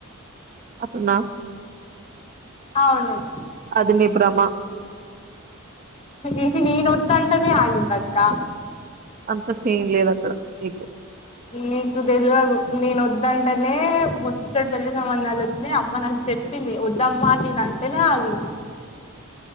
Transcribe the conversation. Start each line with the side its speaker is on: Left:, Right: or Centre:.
Right: అట్టన్న
Left: అవును
Right: అది నీ భ్రమ
Left: ఈజి నేను ఒద్దంటేనే ఆగుద్దక్క
Right: అంత సీన్ లేదు అక్కడ నీకు
Left: నీకు తెలివదు నేను వద్దంటేనే ముచ్చడు పెళ్లి సంబంధాలు వచ్చినా అమ్మ నాంచి చెప్పింది వద్దమ్మా నేను అంటేనే ఆగింది